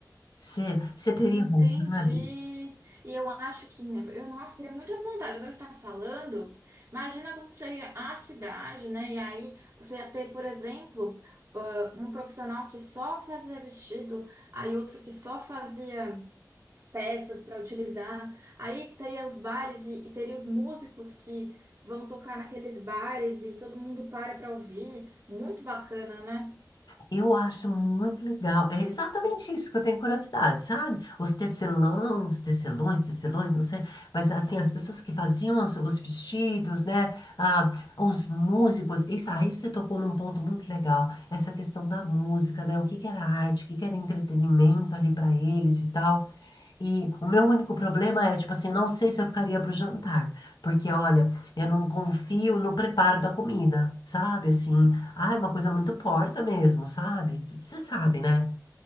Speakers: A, on the left (about 75°); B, on the right (about 45°).
A: Você teria
B: Entendi.
A: vontade?
B: E eu acho que, né, eu, nossa, teria muita vontade. Agora você está falando, imagina como seria a cidade, né? E aí você ia ter, por exemplo, ah, um profissional que só fazia vestido, aí outro que só fazia. peças para utilizar. Aí teria os bares e, e teria os músicos que vão tocar naqueles bares e todo mundo para para ouvir. Muito bacana, né?
A: Eu acho muito legal. É exatamente isso que eu tenho curiosidade, sabe? Os tecelões, tecelões, tecelões, não sei, mas assim, as pessoas que faziam os, os vestidos, né? Ah, os músicos. Isso aí você tocou num ponto muito legal, essa questão da música, né? O que que era arte, o que que era entretenimento ali para eles e tal. E o meu único problema é, tipo assim, eu não sei se eu ficaria pro jantar, porque olha, eu não confio no preparo da comida, sabe? Assim, ah, é uma coisa muito porca mesmo, sabe? Você sabe, né?